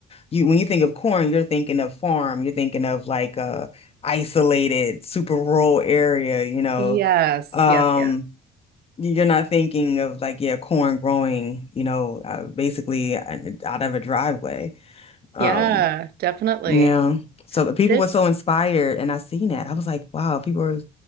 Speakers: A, on the left; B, on the right.
A: you when you think of corn, you're thinking of farm, you're thinking of like a isolated, super rural area, you know.
B: Yes,
A: Um,
B: yes, yeah.
A: you're not thinking of like, yeah, corn growing, you know, uh, basically uh, out of a driveway. Um,
B: Yeah, definitely.
A: yeah. So people
B: This
A: were so inspired, and I seen that. I was like, wow, people are